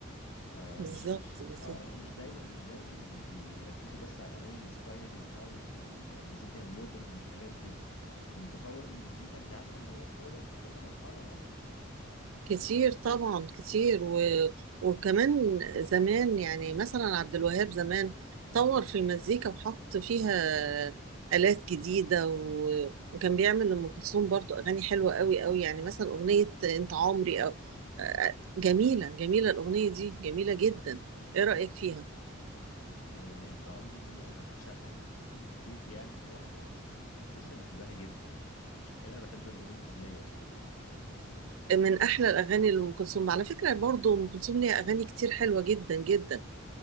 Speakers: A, on the left; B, on the right.
A: فمش
B: بالظبط
A: مش
B: بالظبط
A: اه يعني مش دايما مش دايما بي- بيركزوا بس على الاغاني الستايل والهاوس والمزيكا المودرن والحاجات دي لان تطور المزيكا انت عارفه ان هو اتطور في كذا مرحله يعني
B: كتير طبعا كتير و... وكمان زمان يعني مثلا عبد الوهاب زمان طور في المزيكا وحط فيها آلات جديدة و... وكان بيعمل لأم كلثوم برضو أغاني حلوة قوي قوي يعني مثلا أغنية أنت عمري أو آه، جميلة جميلة الأغنية دي جميلة جدا إيه رأيك فيها؟
A: آه، انت عمري دي انا بعشقها <laughs> انت جيتي يعني في واحده بصي أنا بحبها جدا انت مش متخيله انا بحب الاغنيه دي ازاي اصلا يعني
B: من أحلى الأغاني لأم كلثوم على فكرة برضو أم كلثوم ليها أغاني كتير حلوة جدا جدا